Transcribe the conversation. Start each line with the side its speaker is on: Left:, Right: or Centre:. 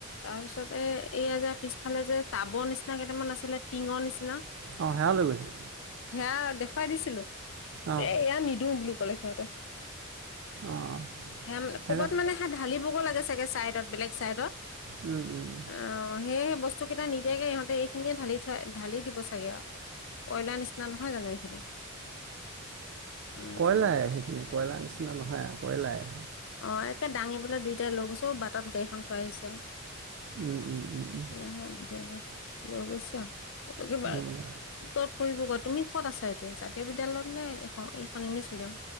Left: তাৰ পিছত এ এয়া যে পিছফালে যে টাবৰ নিচিনা কেইটামান আছে। টিঙৰ নিচিনা
Right: অঁ সেয়া লৈ গৈছে
Left: সেয়া দেখ। দেখুৱাই দিছিলো
Right: অঁ
Left: এ এয়া নিদো বুলি কলে সিহঁতে।
Right: অঁ অঁ
Left: সে
Right: সেইকাৰণে
Left: ক'ৰবাত মানে সে ঢালিবগে লাগে চাগে চাইডত বেলেগ চাইডত।
Right: উম উম উম
Left: অ সেইয়েহে বস্তু কেইটা নিদিয়াকে ইহঁতে এইখিনিয়ে ঢালি থই ঢালি দিব চাগে আৰু। কয়লাৰ নিচিনা নহয় জানো এইখিনি উম
Right: জানো? কয়লাই
Left: উম।
Right: সেইখিনি কয়লাৰ নিচিনা নহয় আৰু কয়লাই।
Left: অ একে দাঙি পেলাই দুইটাই লৈ গৈছে অ বাটত গাড়ীখন থৈ আহিছে।
Right: উম উম উম উম
Left: সিহঁত কিতাই লৈ গৈছে অ ফুটুকী বাঘ
Right: উম।
Left: কি কত কৰিব গ তুমি ক'ত আছা এতিয়া জাতীয় বিদ্যালয়ত নে এ এইখন ইংলিছ মিডিয়াম।